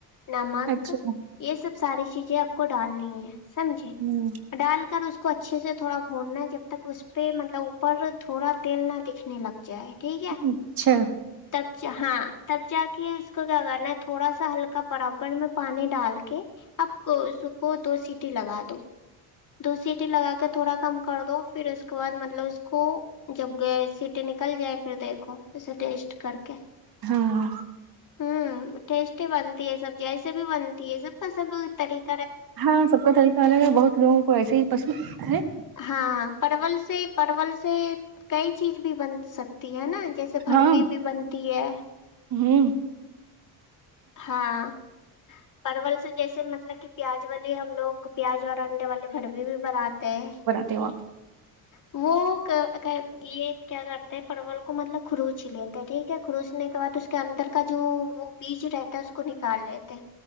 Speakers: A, on the left; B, on the right.
A: ن مک
B: اچھا
A: یہ س ساری چیزیں آپ کو ڈالنی ہے سمجھے
B: ہ
A: ڈال کر اس اس کو اچھے سے تھوڑا بھوننا جب تک اس پہ مطلب پر تھوڑا تیل نہ دکھنے لگ جائے ٹھیک ہے
B: اچھا
A: تب ہاں تب جا کے اس کو کیا کرنا تھوڑا سا ہلکا برابر میں پانی ڈال کے اب کو اس کو دو سیٹی لگا دو دو سیٹی لگا کے تھوڑا کم کر دو پھر اس مطلب اس اس کو جب گ سٹی نکل جائے پھر دیکھو اسے ٹیسٹ کر کے
B: ہاں
A: ہوں ٹیسٹی بنتی ہے سب جیسے بھی بنتی ہے سب کا سب طریق
B: ہاں سب کا طریقہ الگ ہے بہت لوگوں کو ایسے ہی پسند ہے
A: ہاں پرل سے پرل سے کئی چیز بھی بن سکتی ہے نا جیسے بروی
B: ہاں
A: بھی بنتی ہے
B: ہوں
A: ہاں پرل سے جیسے م مطلب کہ پیاز والے ہم لوگ پیاز اور انڈے والے بڑوے بھی بناتے ہیں
B: د ہو
A: وہ یہ کیا کرتے پرول کو مطلب کروچ لیتے ٹھیک ہے کروسنے کے بعد اس کے اندر کا جو وہ بیج رہتا ہے اس کو نکال لیتے